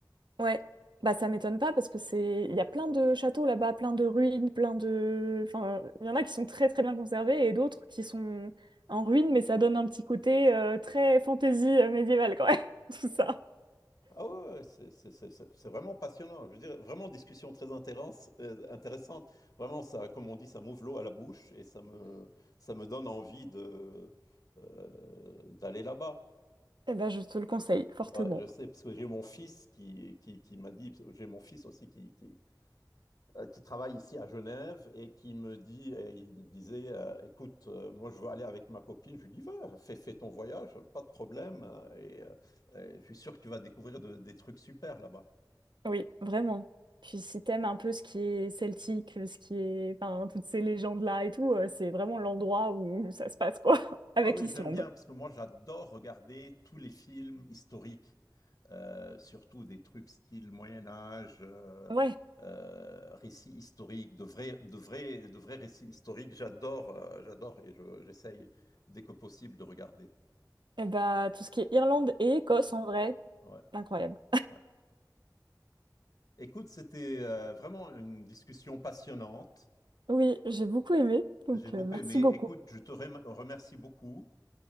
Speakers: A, on the right; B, on the left.
A: Ouais, bah ça m'étonne pas parce que c'est il y a plein de châteaux là-bas, plein de ruines, plein de enfin il y en a qui sont très très bien conservés et d'autres qui sont en ruine mais ça donne un petit côté euh, très fantaisie euh, médiévale quand même, <laughs> tout ça.
B: Ah ouais, ouais, c'est c'est- c'est- c'est- c'est vraiment passionnant. Je veux dire, vraiment discussion très intéressante, euh, intéressante. Vraiment, ça, comme on dit, ça m'ouvre l'eau à la bouche et ça me, ça me donne envie de, euh, d'aller là-bas.
A: Eh ben je te le conseille fortement.
B: Ouais, je sais, parce que j'ai mon fils qui, qui, qui m'a dit, j'ai mon fils aussi qui, qui, euh, qui travaille ici à Genève et qui me dit, et il me disait, euh, écoute, euh, moi je veux aller avec ma copine. Je lui dis, va, fais, fais ton voyage, pas de problème, euh, et, euh, et je suis sûr que tu vas découvrir de- des trucs super là-bas.
A: Oui, vraiment. Puis si t'aimes un peu ce qui est celtique, ce qui est enfin toutes ces légendes là et tout, euh, c'est vraiment l'endroit où ça se passe quoi <laughs> avec
B: Ah oui,
A: l'Islande.
B: j'aime bien parce que moi j'adore regarder tous les films historiques, euh, surtout des trucs style Moyen Âge, euh,
A: Ouais.
B: euh, récits historiques, de vrais, de vrais, de vrais récits historiques. J'adore, euh, j'adore et je- j'essaye dès que possible de regarder.
A: Eh ben tout ce qui est Irlande et Écosse en vrai,
B: Ouais,
A: incroyable.
B: ouais. Écoute, c'était euh, vraiment une discussion passionnante.
A: Oui, j'ai beaucoup aimé, donc
B: J'ai beaucoup
A: euh, merci
B: aimé.
A: beaucoup.
B: Écoute, je te rem- remercie beaucoup